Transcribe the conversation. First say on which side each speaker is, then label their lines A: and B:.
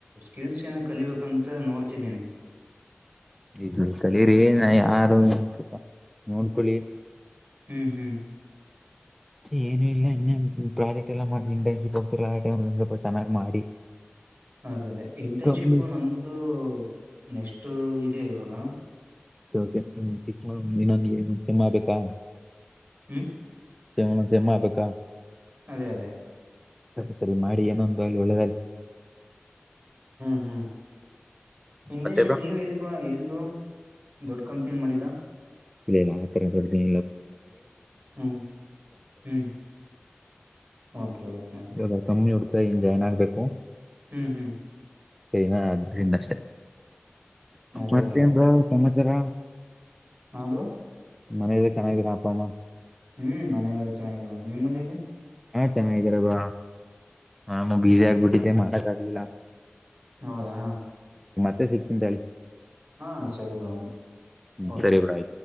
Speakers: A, on the right (about 55°); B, in the centre.
A: ಕೆಲ್ಸ ನ ಕಲಿಬೇಕಂತ ನೋಡ್ತಿದ್ದೀನಿ
B: ಇ ಕಲರಿಿ ನಾ ಯಾರ ಒ ಸ್ವಲ್ಪ ನೋಡ್ಕೊೊಳ್ಳಿ
A: ಹ್ಮ್ ಹ್ಮ್
B: ಏನುೂ ಇಲ್ಲ ಇನ್ನೆ ಪ್ರಾಜೆಕ್ಟ್ ಎಲ್ಲಾ ಮಾಡ ಇಂಟರ್ನ್ಶಿಪ್ ಹೋಗ್ತಿಲ್ಲ ಆ ಟೈಮ್ ಸ್ವಲ್ಪ ಚೆನ್ನಾಗ್ ಮಾಡಿ
A: ಅದೇ ಅದೇ ಇಂಟರ್ನ್ಶಿಪ್
B: ಕಮ್ಮಿ
A: ನಮ್ದು ನೆಕ್ಸ್ಟ್ ಇದೆ ಇವಾಗ
B: ಕೆ ಸಿಕ್ಸ್ ಮತ್ ಇನ್ನೊಂದ ಸಮ್ ಆಗ್ಬೇಕಾ
A: ಹ್ಮ್
B: ಸೇಮಣ ಸಮ್ಮಾಬೇಕಕ್ಕಾ
A: ಅದೇ ಅದೇ
B: ಸರಿ ಸರಿ ಮಾಡಿ ಏನೊಂದು ಅಲ್ಲಿ ಒಳ್ಳೆದಲ್
A: ಹ್ಮ್ ಹ್ಮ್ ಇಂಟರ್ನ್ಶಿಪ್
B: ಮತ್ತೆ ಬ್ರೋ
A: ನೀವ ಎಲ್ಲಿಪ ಎಲ್ಲಿಪ ದಡಕಮ ತಿನ್ ಮಾಡಂಡಿದಾ
B: ಇಲ್ಲ ಇಲ್ಲ ಆತ್ತರ ತೊಡ್ ಇ
A: ಹ್ಮ್ ಹ್ಮ್ ಓಕೆ ಓಕೆ
B: ಎ ಫ್ಟಮ್ಮ ಇಂಜ ಏನಾಗ್ಬೇಕು
A: ಹ್ಮ್ ಹ್ಮ್
B: ಸೈನಾ ಅದರಿಂದಷ್ಟೆ
A: ಅದೇ
B: ಮತ್ತೇ
A: ಅದೇ
B: ಎ ಬ್ರೋ ಚಮಚಾರ
A: ಹಾದು
B: ಮನಗ ಚೆನ್ನಾಗರಾ ಅಪ್ಪ ಅಮ್ಮ
A: ಹ್ಮ್ ಮನೇಲೆಲ್ಲ ಚೆನ್ನಾಗಿ ನಿಮ್ಮ್ ಮನೇಲಿ
B: ಹಾ ಚೆನ್ನಾಗಾರದು ನಾನು ಬಸಿ ಆಗ್ಬಿಟ್ಟಿದ್ದೆ ಮಾಡಕ್ ಆಗ್ಲಿಲ್ಲ
A: ಹೌದಾ
B: ಮೆ ಸಿಕ್ಕಂತಾಳಿ
A: ಹಾ ಸರಿ
B: ಹ್ಮ್ ಸರಿ ಬ್ರೋ ಆಯ್ತು